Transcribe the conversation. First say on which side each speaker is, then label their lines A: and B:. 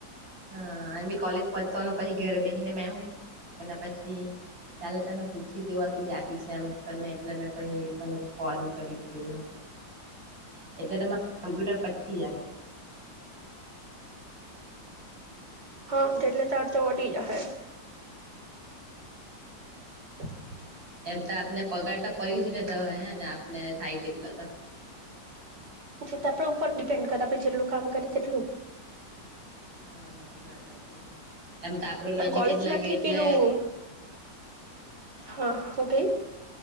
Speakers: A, on the right (about 90°); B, on the right (about 65°).
A: હા, એ બી કોલેજ પચવાનું પછી ઘરે બેસીને મે હું <inaudible> કાલે તને પૂછી જે <unintelligible> તું જા. <unintelligible> પછી એમ કરી એટલે મેં પછી તને ફોન કરી ગયો. એટલે તમા કમ્પ્યુટર પચી <unintelligible> જશે. <unintelligible> <inaudible>
B: હા એટલે ચાર તો ઓટી <unintelligible> જાહે. <inaudible>
A: એમ તો આપને પગાર તો પડી જ રતા હો ને આપને થાય તેટલા તો
B: તે આપણા ઉપર ડિપેન્ડ કરે આપડે જેટલું કામ કરે તેટલું.
A: હા, બરાબર. એમ તો આપણું
B: પણ
A: નજીક
B: કોલેજમાંથી
A: જ લાગે એટલે
B: પેલું હ હું કેય?